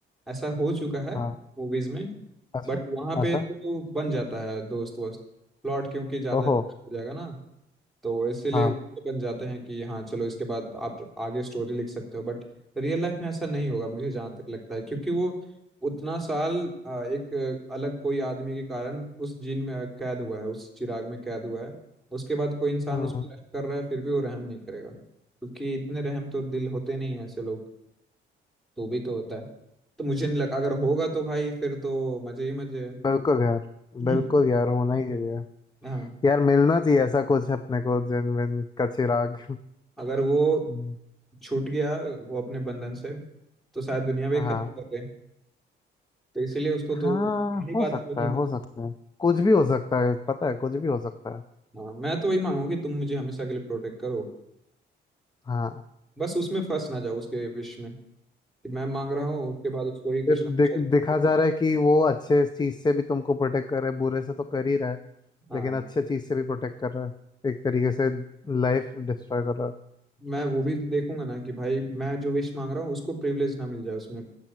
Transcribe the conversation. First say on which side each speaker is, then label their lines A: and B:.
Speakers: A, in the centre; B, on the left.
A: ऐसा हो चुका है
B: हाँ
A: मूवीज में
B: अच्छा
A: बट वहां पे
B: अच्छा
A: तो, तो बन जाता है दोस्त वोस्त प्लॉट क्योंकि ज्यादा
B: ओहो
A: हो जाएगा ना तो इसीलिए
B: हाँ
A: वो तो बन जाते हैं कि हाँ चलो इसके बाद आप आगे स्टोरी लिख सकते हो बट रियल लाइफ में ऐसा नहीं होगा मुझे जहाँ तक लगता है क्योंकि वो उतना साल अ, एक अ, अलग कोई आदमी के कारण उस जीन में अ, कैद हुआ है उस चिराग में कैद हुआ है उसके बाद कोई इंसान
B: हम्म
A: उस पर रहम कर रहा है फिर भी वो रहम नहीं करेगा क्योंकि इतने रहम तो दिल होते नहीं है ऐसे लोग तू भी तो होता है तो मुझे नहीं लगा अगर होगा तो भाई फिर तो मजे ही मजे
B: बिल्कुल यार
A: हैं
B: बिल्कुल यार
A: <laughs>
B: होना ही चाहिए
A: हाँ
B: यार मिलना चाहिए ऐसा कुछ अपने को जिन विन का चिराग
A: अगर वो
B: हम्म,
A: छूट गया वो अपने बंधन से तो शायद दुनिया भी
B: हाँ
A: खत्म कर गए तो इसीलिए उसको तो
B: हाँ
A: पहली
B: हो
A: बात
B: सकता
A: तो वही है
B: है
A: कि
B: हो सकता है कुछ भी हो सकता है पता है कुछ भी हो सकता है
A: हाँ मैं तो वही मांगू कि तुम मुझे हमेशा के लिए प्रोटेक्ट करो
B: हाँ
A: बस उसमें फंस ना जाओ उसके विश में कि मैं मांग रहा हूँ उसके बाद उसको ही कुछ
B: फिर
A: ना
B: दि,
A: कुछ
B: दिखा जा रहा है कि वो अच्छे चीज से भी तुमको प्रोटेक्ट कर रहा है बुरे से तो कर ही रहा है
A: हाँ
B: लेकिन अच्छे चीज से भी प्रोटेक्ट कर रहा है एक तरीके से लाइफ डिस्ट्रॉय कर रहा है
A: मैं वो भी देखूंगा ना कि भाई मैं जो विश मांग रहा हूँ उसको प्रिविलेज ना मिल जाए उसमें